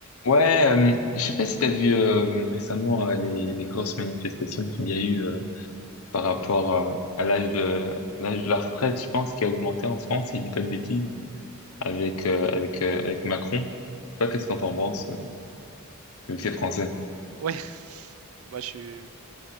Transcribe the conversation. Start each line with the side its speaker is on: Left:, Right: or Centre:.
Left: Ouais, euh, je sais pas si t'as vu euh, récemment euh, les, les grosses manifestations qu'il y a eu euh, par rapport euh, à l'âge de l'âge de la retraite, je pense, qui a augmenté en France, si je dis pas de bêtises, avec euh, avec euh, avec Macron. Je sais pas qu'est-ce qu'on t'en pense, euh, vu que c'est français.
Right: Ouais, <laughs> moi je suis,